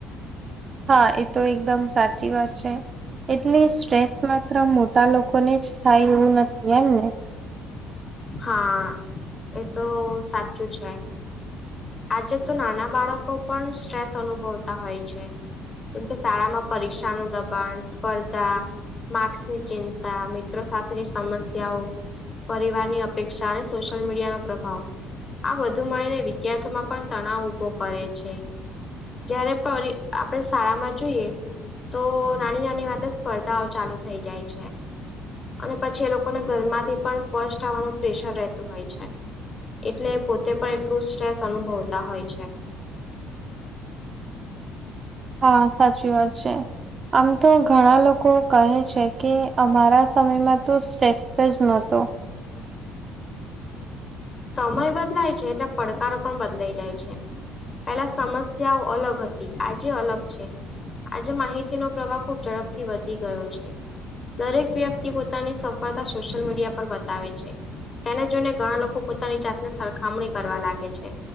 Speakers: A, on the right; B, on the left.
A: હા એ તો એકદમ સાચી વાત છે. એટલી સ્ટ્રેસ માત્ર મોટા લોકો ને જ થાય એવું નથી એમને.
B: હા એ તો સાચું છે. આજે તો નાના બાળકો પણ સ્ટ્રેસ અનુભવતા હોય છે. જેમ કે શાળામાં પરીક્ષાનું દબાણ, સ્પર્ધા માક્સની ચિંતા મિત્રો સાથેની સમસ્યાઓ ની અપેક્ષા અને સોશિયલ મીડિયા નો પ્રભાવ આ બધું મળીને વિદ્યાર્થીમાં પણ તણાવ ઉભો કરે છે. જયારે પરી આપણેે શાળા માં જોઈએ તો નાની નાની વાત સ્પર્ધાઓ ચાલુ થઈ જાય છે. અને પછી એ લોકોને ઘરમાંથી પણ ફશ થવાનું પ્રેશર રહેતું હોય છે. એટલે પોતે પણ એટલું સ્ટ્રેસ અનુભવતા હોય છે.
A: હા સાચી વાત છે આમ તો ઘણા લોકો કહે છે. કે અમારા સમયમાં તો સ્ટ્રેસ જ ન હતો.
B: સમય બદલાય છે એટલે પડકારો પણ બદલાઈ જાય છે. પેલા સમસ્યાઓ અલગ હતી આજે અલગ છે. આજે માહિતીનો પ્રવાહ ખુબ ઝડપથી વધી ગયો છે. દરેક વ્યક્તિ પોતાની સફળતા સોશિયલ મીડિયા પર બતાવે છે. તેને જોઈને ઘણા લોકો પોતાની જાતને સરખામણી કરવા લાગે છે.